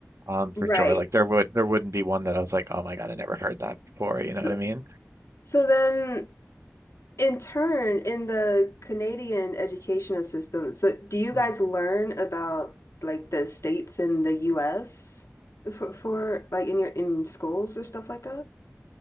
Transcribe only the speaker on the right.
um, for
sure. Like there would there wouldn't be one that I was like, oh my God, I never heard that before. You
know what I mean?
Hmm.